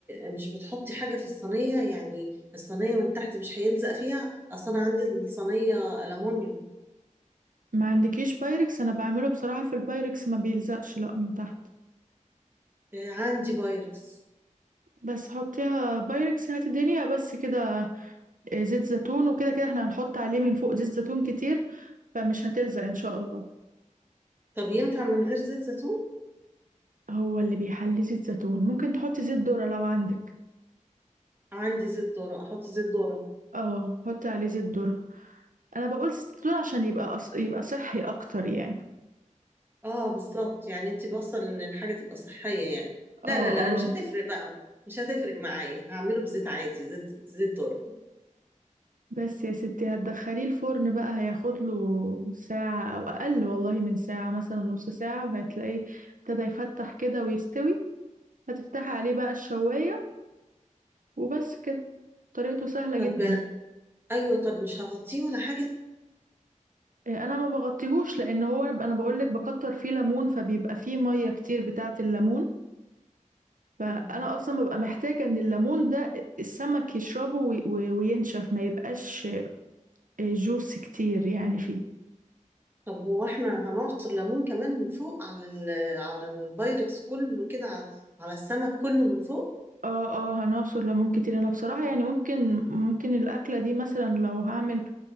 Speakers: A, on the right; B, on the right.
A: مش بتحطي حاجة في الصينية يعني الصينية من تحت مش هيلزق فيها اصل انا عندي الصينية ألمونيوم
B: ما عندكيش بايركس انا بعمله بصراحة في البايركس ما بيلزقش لا من تحت
A: آه، عندي بايركس
B: بس حطيها بايركس هات الدنيا بس كده آه، زيت زيتون وكده كده احنا هنحط عليه من فوق زيت زيتون كتير فمش هتلزق ان شاء الله
A: طب ينفع من غير زيت زيتون
B: هو اللي بيحلي زيت زيتون ممكن تحطي زيت ذرة لو عندك
A: عندي زيت ذرة احط زيت ذرة
B: اه حطي عليه زيت ذرة انا بقول زيت زيتون عشان يبقى أص... يبقى صحي اكتر يعني
A: اه بالظبط يعني انت بوصل ان الحاجه تبقى صحيه يعني لا
B: اه
A: لا لا
B: اه
A: مش هتفرق بقى مش هتفرق معايا هعمله بزيت عادي زيت زيت ذرة
B: بس يا ستي هتدخليه الفرن بقى هياخد له ساعة او اقل والله من ساعة مثلا نص ساعة وهتلاقيه ابتدى يفتح كده ويستوي هتفتحي عليه بقى الشواية وبس كده طريقته سهلة
A: طب
B: جدا
A: ايوه طب مش هغطيه ولا حاجه
B: إيه، انا ما بغطيهوش لان هو انا بقول لك بكتر فيه ليمون فبيبقى فيه مية كتير بتاعة الليمون فانا
A: مم.
B: اصلا ببقى محتاجه ان الليمون ده السمك يشربه وي- وي- وينشف ما يبقاش جوس كتير يعني فيه
A: طب هو احنا هنعصر ليمون كمان من فوق على ال على البايركس كله كده ع- على السمك كله من فوق
B: اه اه هنعصر ليمون كتير انا بصراحه يعني ممكن ممكن الاكله دي مثلا لو هعمل